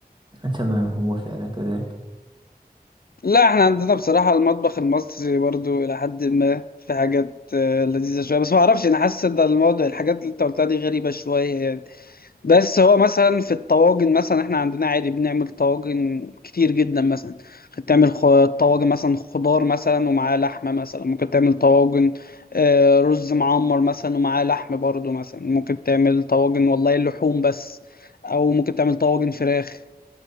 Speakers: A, on the right; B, on the left.
A: تمام هو فعلا كذلك
B: لا احنا عندنا بصراحة المطبخ المصري برضو الى حد ما في حاجات آه، لذيذة شوية بس ما اعرفش انا حاسس ان الموضوع الحاجات اللي انت قلتها دي غريبة شوية يعني بس هو مثلا في الطواجن مثلا احنا عندنا عادي بنعمل طواجن كتير جدا مثلا ممكن تعمل خ- طواجن مثلا خضار مثلا ومعاه لحمة مثلا ممكن تعمل طواجن آه، رز معمر مثلا ومعاه لحم برضو مثلا ممكن تعمل طواجن والله لحوم بس او ممكن تعمل طواجن فراخ